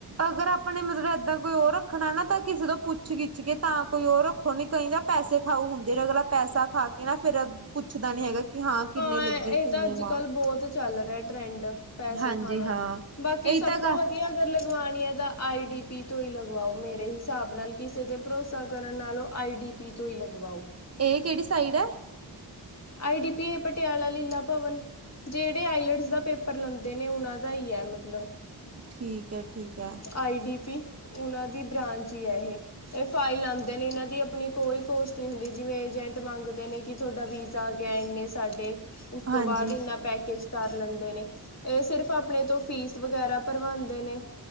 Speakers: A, on the right; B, on the left.
A: ਅਗਰ ਆਪਣੇ ਮਤਲਬ ਏਦਾਂ ਕੋਈ ਉਹ ਰੱਖਣਾ ਨਾ। ਤਾਂ ਕਿਸੇ ਤੋਂ ਪੁੱਛ ਗਿਛ ਕੇ ਤਾਂ ਕੋਈ ਉਹ ਰੱਖੋ ਨੀ ਕਈਦਾ ਪੈਸੇ ਖਾਓ ਹੁੰਦੇ ਨੇ ਅਗਲਾ ਪੈਸਾ ਖਾ ਕੇ ਨਾ ਫਿਰ। ਫਿਰ ਪੁੱਛਦਾ ਨੀ ਹੈਗਾ। ਕਿ ਕਿੰਨੇ
B: ਹਾਂ
A: ਲੱਗੇ
B: ਇਹ
A: ਕਿੰਨੇ
B: ਤਾਂ ਅੱਜ
A: ਨਾ
B: ਕੱਲ ਬਹੁਤ ਚੱਲ ਰਿਹਾ ਟਰੈਂਡ ਪੈਸੇ
A: ਹਾਂਜੀ
B: ਖਾਣ।
A: ਹਾਂ।
B: ਬਾਕੀ
A: ਇਹੀ
B: ਸਭ
A: ਤਾਂ ਗ
B: ਤੋਂ ਵਧੀਆ ਅਗਰ। ਲਗਵਾਣੀ ਦਾ ਆਈ ਡੀ ਪੀ ਤੋਂ ਹੀ ਲਗਵਾਓ ਮੇਰੇ ਹਿਸਾਬ ਨਾਲ ਕਿਸੇ ਤੇ ਭਰੋਸਾ ਕਰਨ ਨਾਲੋਂ ਆਈ ਡੀ ਟੀ ਪੀ ਤੋਂ ਹੀ ਲਗਵਾਓ
A: ਇਹ ਕਿਹੜੀ ਸਾਈਡ ਹੈ।
B: ਆਈ ਡੀ ਪੀ ਹੈ ਪਟਿਆਲਾ ਲੀਲਾ ਭਵਨ। ਜਿਹੜੇ ਆਈਲਟਸ ਦਾ ਪੇਪਰ ਲੈਂਦੇ ਨੇ ਉਹਨਾਂ ਦਾ ਹੀ ਹੈ ਮਤਲਬ
A: ਠੀਕ ਹੈ ਠੀਕ ਹੈ।
B: ਆਈ ਡੀ ਪੀ ਉਹਨਾਂ ਦੀ ਬ੍ਰਾਂਚ ਹੀ ਹੈ ਇਹ ਇਹ ਫਾਈਲ ਆਉਂਦੇ ਨੇ ਇਹਨਾਂ ਦੀ ਆਪਣੀ ਕੋਈ ਕੋਸਟ ਨਹੀਂ ਹੁੰਦੀ ਜਿਵੇਂ ਏਜਟ ਮੰਗਦੇ ਨੇ ਕਿ ਤੁਹਾਡਾ ਵੀਜ਼ਾ ਆ ਗਿਆ ਇੰਨੇ ਸਾਡੇ ਉਸ
A: ਹਾਂਜੀ।
B: ਤੋਂ ਬਾਅਦ ਇੰਨਾ ਪੈਕੇਜ ਕਰ ਲੈਂਦੇ ਨੇ ਇਹ ਸਿਰਫ ਆਪਣੇ ਤੋਂ ਫੀਸ ਵਗੈਰਾ ਭਰਵਾਾਂਦੇ ਨੇ